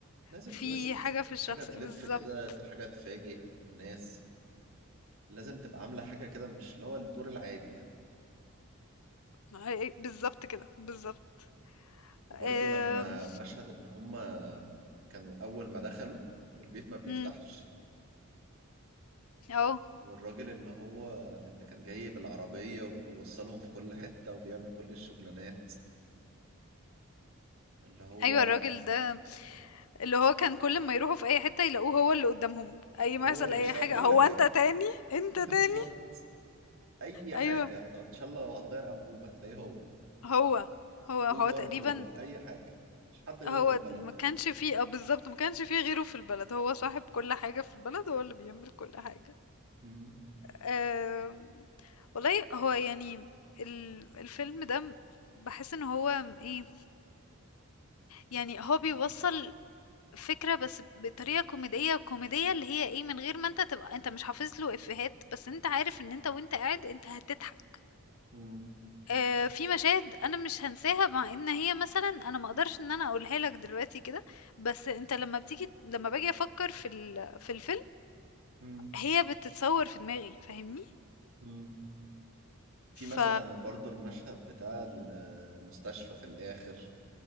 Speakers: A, on the right; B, on the left.
A: لازم
B: في
A: تويست
B: حاجة في الشخص
A: حاجة تلف
B: بالضبط،
A: كده حاجة تفاجئ الناس لازم تبقى عاملة حاجة كده مش اللي هو الدور العادي يعني
B: ه بالضبط كده، بالضبط.
A: وبرضه
B: آمم،
A: لما مشهد إن هما كانوا أول ما دخلوا والبيت ما بيفتحش
B: إمم، آه،
A: والراجل اللي هو اللي كان جاي بالعربية وبيوصلهم في كل حتة وبيعمل كل الشغلانات اللي هو
B: أيوه الراجل ده اللي هو كان كل أمّا يروحوا في أي حتة يلاقوه هو اللي قدّامهم، أي
A: وهو
B: ما يحصل
A: اللي
B: أي
A: بيشتغل
B: حاجة،
A: كل
B: "هو
A: حاجة
B: أنت تاني؟ أنت
A: <laughs> بالظبط
B: تاني؟"
A: أي
B: أيوه،
A: حاجة طب إن شاء الله لو هتغير أنبوبة هتلاقيه هو
B: هو، هو، هو
A: أوبر
B: تقريبًا
A: هو أي حاجة مش حد غيره
B: هو
A: في البلد
B: ما
A: تقريبا
B: كانش فيه اه بالظبط ما كانش فيه غيره في البلد هو صاحب كل حاجة في البلد هو اللي بيعمل كل حاجة
A: مم.
B: أم... والله هو يعني ال- الفيلم ده م- بحس ان هو م- ايه يعني هو بيوصل فكرة بس بطريقة كوميدية كوميدية اللي هي ايه من غير ما انت تبقى انت مش حافظ له افيهات بس انت عارف ان انت وانت قاعد انت هتضحك
A: مم.
B: آآ في مشاهد أنا مش هانساها مع إن هي مثلًا أنا ما أقدرش إن أنا أقولها لك دلوقتي كده، بس أنت لمّا بتيجي لمّا باجي أفكّر في ال في الفيلم،
A: مم.
B: هي بتتصوّر في دماغي فاهمني؟
A: مم. في
B: ف
A: مثلا برضو المشهد بتاع المستشفى في الآخر